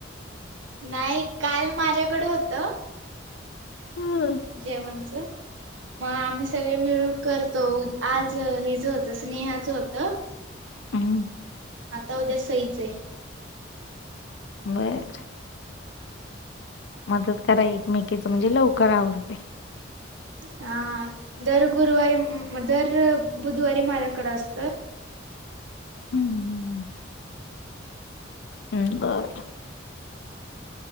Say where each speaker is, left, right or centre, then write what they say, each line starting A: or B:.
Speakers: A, on the right; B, on the left.
A: नाही काल माझ्याकडे होत.
B: हम्
A: जेवणच मग आम्ही सगळे मिळून करतो आज हिज होत स्नेहाच होत.
B: हं.
A: आता उद्या सईच आहे.
B: मग मदत करा एकमेकीच म्हणजे लवकर आवरतय.
A: हा दर गुरुवारी म म दर बुधवारी माझ्याकडे असतं.
B: हं, हम्म बरं.